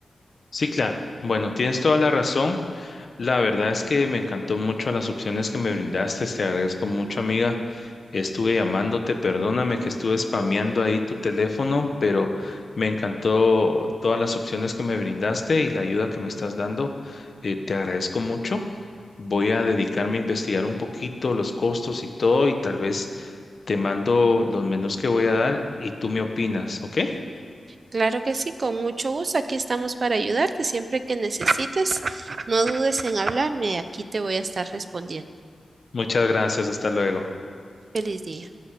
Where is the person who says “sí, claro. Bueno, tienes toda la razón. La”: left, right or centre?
Left